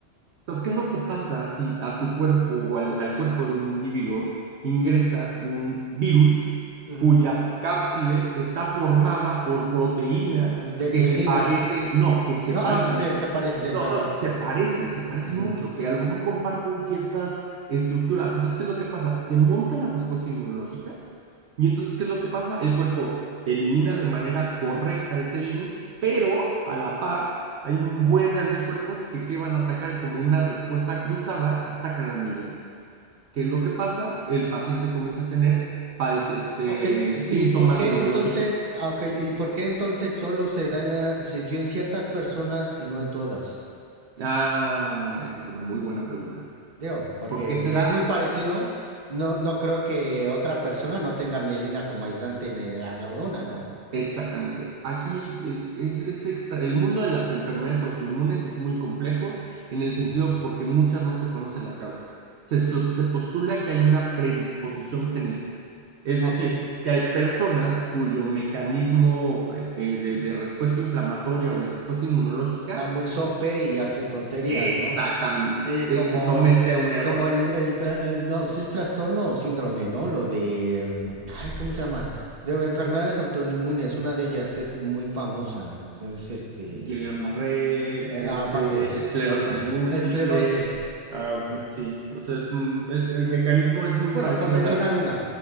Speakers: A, on the right (about 70°); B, on the right (about 55°).
A: Entonces, ¿qué es lo que pasa si a tu cuerpo o al, al cuerpo de un individuo ingresa un virus
B: ujú.
A: cuya cápside está formada por proteínas
B: Es De mielina.
A: que se parecen, no, que se
B: No,
A: parecen,
B: ah, se, se parecen, sí,
A: no,
B: perdón.
A: son, se parecen, se parecen
B: Ujú.
A: mucho, que a lo mejor comparten ciertas estructuras. Entonces, ¿qué es lo que pasa? Se monta la respuesta inmunológica y entonces, ¿qué es lo que pasa? El cuerpo elimina de manera correcta ese virus, pero a la par hay un buen de anticuerpos que, que van a atacar? Como una respuesta cruzada, atacan la mielina. ¿Qué es lo que pasa? El paciente comienza a tener padece- este,
B: Ok,
A: síntomas
B: ¿y por qué
A: neurológicos.
B: entonces, ah, ok, ¿y por qué entonces solo se daña, se dio en ciertas personas y no en todas?
A: Ah, esa es una muy buena pregunta.
B: Digo, porque
A: ¿Por qué será?
B: si es muy parecido, no, no creo que otra persona no tenga mielina como aislante en el- la neurona, ¿no?
A: Exactamente. Aquí es, es, es extra. El mundo de las enfermedades autoinmunes es muy complejo en el sentido
B: Ujú.
A: porque muchas no se conoce la causa. Se, su- se postula que hay una predisposición genética, es
B: Ah,
A: decir,
B: Ok,
A: que hay personas cuyo mecanismo eh, eh, de, de respuesta inflamatoria o de respuesta inmunológica
B: está muy sope y hace tonterías,
A: exactamente
B: ¿no? Sí,
A: eh,
B: como,
A: se somete a un error.
B: como el, el tra- el- no, ¿sí es trastorno o síndrome, ¿no? Lo de, mm, ay, ¿cómo se llama? De enfermedades autoinmunes, una de ellas que es muy famosa, entonces, este,
A: Guillain-Barré,
B: eh,
A: este,
B: ah, aparte,
A: esclerosis
B: la otra,
A: múltiple.
B: esclerosis.
A: Ah,
B: Ujú.
A: ok, sí. O sea, es, mm, es- el mecanismo es muy
B: Bueno,
A: parecido
B: por mencionar
A: en la
B: una,